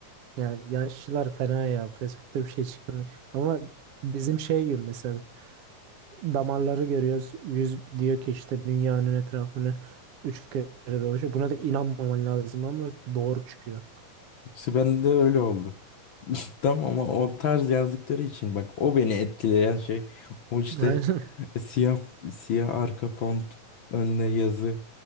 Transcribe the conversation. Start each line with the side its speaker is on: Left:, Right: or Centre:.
Right: Yani yaşlılar fena ya. Facebook'ta bir şey çıktı. Ama bizim şey gibi mesela damarları görüyoruz. Yüz diyor ki işte dünyanın etrafını üç kere dolaşıyor. Buna da inanmaman lazım ama doğru çıkıyor.
Left: İşte ben de öyle oldu. <laughs> Tam ama o tarz yazdıkları için bak o beni etkileyen şey o işte
Right: Aynen. <laughs>
Left: siyah siyah arka font önüne yazı